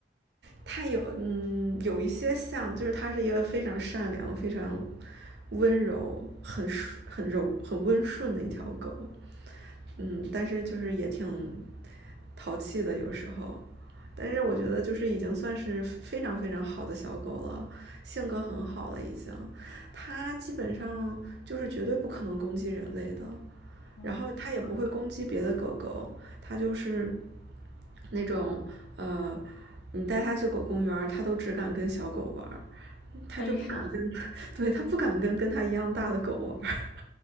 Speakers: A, on the right; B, on the left.
A: 它有嗯有一些像，就是它是一个非常善良、非常温柔、很很柔、很温顺的一条狗，嗯，但是就是也挺淘气的有时候，但是我觉得就是已经算是非常非常好的小狗了，性格很好了已经，它基本上就是绝对不可能攻击人类的，
B: 哦
A: 然后它也不会攻击别的狗狗，它就是那种呃你带它去狗公园儿，它都只敢跟小狗玩儿，它就不敢跟，
B: 哎呀，
A: <laughs> 对，它不敢跟跟它一样大的狗玩儿。<laughs>